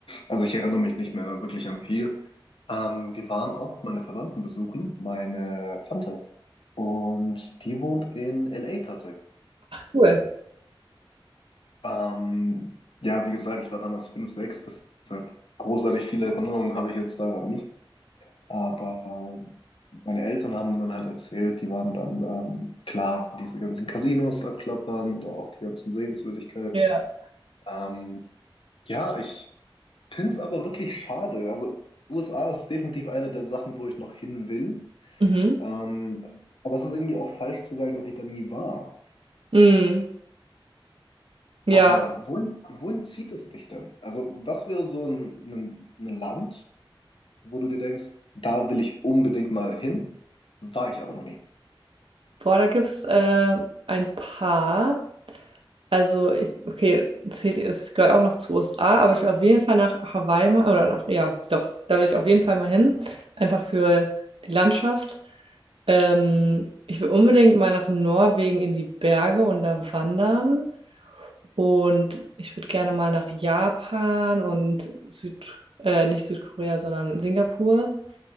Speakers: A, on the left; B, on the right.
A: Also, ich erinnere mich nicht mehr wirklich an viel. Ähm, wir waren auch meine Verwandten besuchen, meine Tante. Und die wohnt in LA tatsächlich.
B: Cool.
A: Ähm, ja, wie gesagt, ich war damals 5 6, deshalb großartig viele Erinnerungen habe ich jetzt daran nicht. Aber meine Eltern haben dann halt erzählt, die waren dann ähm, klar, diese ganzen Casinos abklappern oder auch die ganzen Sehenswürdigkeiten.
B: Ja.
A: Ähm, ja, ich finde es aber wirklich schade. Also USA ist definitiv eine der Sachen, wo ich noch hin will.
B: Mhm.
A: Ähm, aber es ist irgendwie auch falsch zu sagen, dass ich da nie war.
B: Mhm. Ja.
A: Aber wohin, wohin zieht es dich denn? Also was wäre so ein, ein, ein Land, wo du dir denkst, da will ich unbedingt mal hin, war ich aber noch nie.
B: Boah, da gibt es äh, ein paar. Also, ich, okay, zählt, es gehört auch noch zu USA, aber ich will auf jeden Fall nach Hawaii mal, oder nach, ja, doch, da will ich auf jeden Fall mal hin. Einfach für die Landschaft. Ähm, ich will unbedingt mal nach Norwegen in die Berge und da wandern. Und ich würde gerne mal nach Japan und Süd, äh, nicht Südkorea, sondern Singapur.